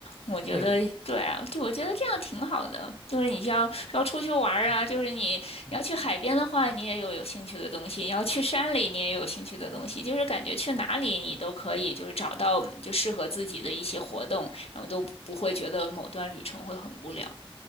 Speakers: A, on the left (about 85°); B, in the centre.
A: 我觉得对啊，
B: 对，
A: 就我觉得这样挺好的。就是你要要出去玩啊，
B: 嗯
A: 就是你你要去海边的话，
B: 嗯
A: 你也有有兴趣的东西；你要去山里，你也有兴趣的东西。就是感觉去哪里你都可以，就是找到就适合自己的一些活动，然后都不会觉得某段旅程会很无聊。